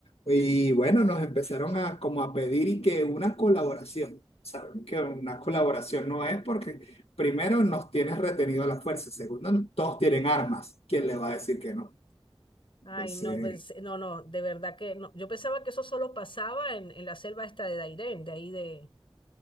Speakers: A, on the left; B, on the left.
A: Y bueno, nos empezaron a como a pedir y que una colaboración. Saben que una colaboración no es porque primero nos tienes retenido a la fuerza, segundo, todos tienen armas. ¿Quién le va a decir que no? Entonces,
B: Ay, no, pues, no, no, de verdad que no. Yo pensaba que eso solo pasaba en, en la selva esta de Dairén, de ahí de,